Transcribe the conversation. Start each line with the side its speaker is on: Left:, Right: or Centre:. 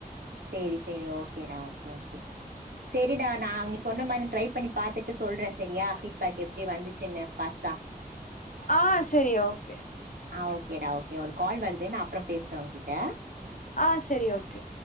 Right: சேரி சேரி ஓகேடா ஓகே ஓகே
Left: ஆ
Right: சேரிடா நா அவி நீ சொன்ன மாரி ட்ரை பண்ணி பாத்துட்டு சொல்றே சரியா ஃபீட்பேக் எப்படி வந்துச்சுன்னு பாஸ்தா
Left: ஆ சேரி ஓகே
Right: ஆ ஓகேடா ஓகே ஒரு கால் வருது நா அப்புறோ பேசுற உங்க்கிட்ட
Left: ஆ செரி ஓகே